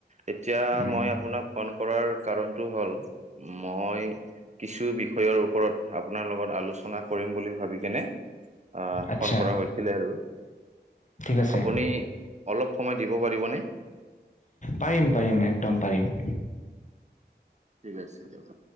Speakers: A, on the right (about 40°); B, on the left (about 45°).
A: এতিয়া
B: উম
A: মই আপোনাক ফোন কৰাৰ কাৰণটো হ'ল মই কিছু বিষয়ৰ ওপৰত আপোনাৰ লগত আলোচনা কৰিম বুলি ভাবি কেনে আ
B: আচ্ছা
A: ফোন কৰা হৈছিলে আৰু
B: ঠিক আছে
A: আপুনি অলপ সময় দিব পাৰিবনে
B: পাৰিম পাৰিম একদম পাৰিম।
A: ঠিক আছে দিয়ক।